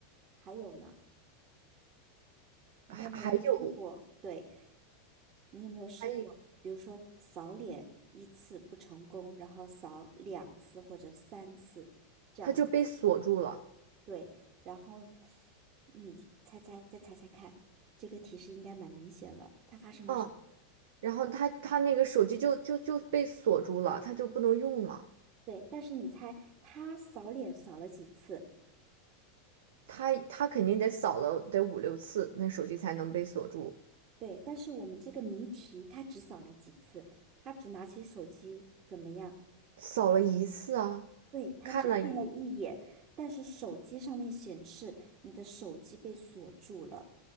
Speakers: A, on the right; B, on the right.
A: 还有呢，你有没有试过？
B: 还还有
A: 对。你有没有试过，
B: 还有
A: 比如说扫脸一次不成功，然后扫两次或者三次，这样子，
B: 他就被锁住了，
A: 对，然后你猜猜，再猜猜看，这个提示应该蛮明显了，它发生了什么？
B: 嗯，然后他他那个手机就就就被锁住了，他就不能用了，
A: 对，但是你猜他扫脸扫了几次？
B: 他他肯定得扫了得五六次，那手机才能被锁住。
A: 对，但是我们这个谜题他只扫了几次，他只拿起手机怎么样？
B: 扫了一次啊，
A: 对，他只看了一眼，
B: 看了一，
A: 但是手机上面显示你的手机被锁住了，